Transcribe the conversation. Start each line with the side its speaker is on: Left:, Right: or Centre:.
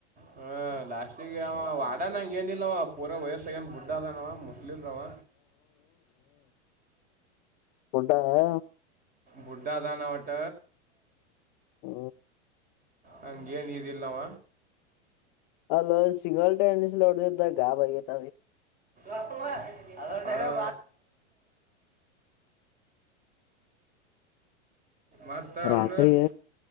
Right: ಹ ಲಾಸ್ಟಿಿಗೆ ಅವ ವಡ ನಂಗ ಏನಿಲ್ಲವ ಪೂರ ವಯಸ್ಸಗನ್ ಬುಡ್ ಅದನವ ಇಲ್ಲಂದರಾಮ
Left: ಡಾ ಹ
Right: ಬುಡ್ಡಾದಾನ ಒಟ್ಟ
Left: ಹ್ಮ
Right: ಹಂಗೇನ್ ಇದಲ್ ನವ
Left: ಅಲ ಸಿಂಗಲ್ ಟೆನಿಸ್ ನೋಡದ ಗಾಬ್ಗತ
Right: ಅ ಭ ಮತ್ತೆ
Left: ರಾತ್ರಿ
Right: ಅರುಣ